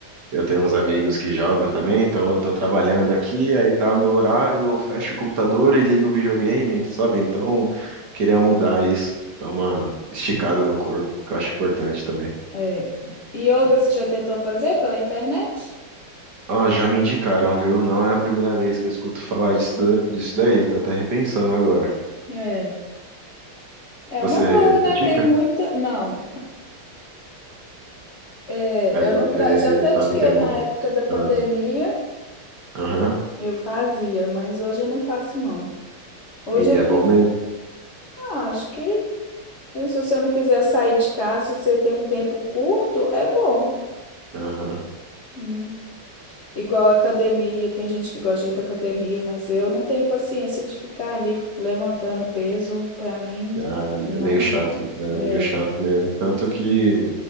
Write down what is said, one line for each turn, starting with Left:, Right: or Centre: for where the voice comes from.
Right: eu tenho uns amigos que jogam também, então eu tô trabalhando aqui, aí dá meu horário, eu fecho o computador e ligo o videogame, sabe? Então, queria mudar isso, dar uma esticada no corpo, que eu acho importante também.
Left: É. Yoga você já tentou fazer pela internet?
Right: Ó, já me indicaram, viu? Não é a primeira vez que eu escuto falar disso, da- disso daí, tô até repensando agora.
Left: É. É
Right: Você
Left: uma boa,
Right: pratica?
Left: né? Tem muita. Não. É,
Right: Mas
Left: eu
Right: você
Left: não pra... já pratiquei
Right: sabe que é bom.
Left: na época da pandemia,
Right: Ah. Aham.
Left: eu fazia, mas hoje eu não faço, não. Hoje
Right: E
Left: eu
Right: é
Left: prefiro.
Right: bom mesmo.
Left: Ah, acho que se você não quiser sair de casa, se você tem um tempo curto, é bom.
Right: Aham.
Left: Hum. Igual academia, tem gente que gosta de ir para academia, mas eu não tenho paciência de ficar ali levantando peso. Para mim,
Right: Ah,
Left: não
Right: é, é meio chato,
Left: dá.
Right: é
Left: É.
Right: meio chato mesmo. Tanto que